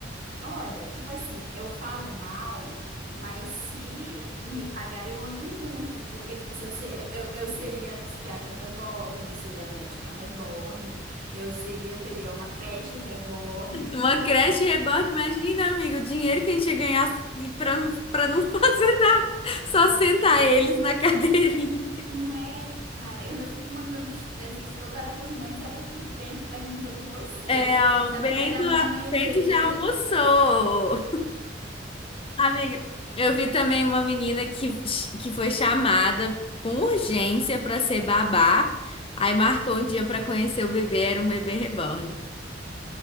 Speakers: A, on the right; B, on the left.
A: Olha, tipo assim, eu falo mal, mas se me pagar, eu ando junto. Porque, tipo assim, eu, se- eu, eu, eu seria psiquiatra reborn, eu seria médica reborn, eu seria, eu teria uma creche reborn.
B: Uma creche reborn, imagina, amiga, o dinheiro que a gente ia ganhar e pra, não- pra não <laughs> fazer nada, só
A: Amiga,
B: sentar eles na <laughs> cadeirinha.
A: Não é, cara, eu ainda fico mandando est- eh, vídeo toda hora pras mães. Olha que Bento perguntou de você.
B: É,
A: Quer
B: o
A: saber
B: Bento,
A: cadê a mamãe
B: Bento
A: dele?
B: já almoçou. Amiga, eu vi também uma menina que, que foi chamada com urgência pra ser babá. Aí marcou um dia pra conhecer o bebê, era um bebê reborn.